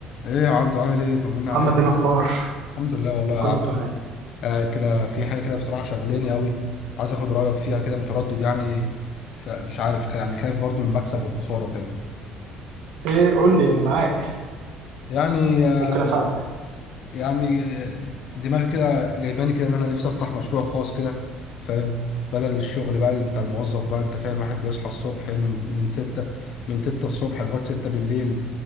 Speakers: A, on the left; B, on the right.
A: ايه يا عبدو عامل ايه طمنا
B: محمد
A: عليك
B: الأخبار
A: الحمد لله والله يا
B: كله
A: عبدو
B: تمام
A: قاعد كده في حاجه كده بصراحه شغلاني قوي عايز اخد رايك فيها كده متردد يعني خ- مش عارف خ- يعني خايف برضو من المكسب والخساره وكده
B: إيه قول لي أنا معاك
A: يعني آه،
B: ممكن أساعدك
A: يعني آه، دماغي كده جايباني كده ان انا نفسي افتح مشروع خاص كده فاهم بدل الشغل بقى اللي بتاع الموظف بقى انت فاهم واحد بيصحى الصبح من من 6 من 6 الصبح لغايه 6 بالليل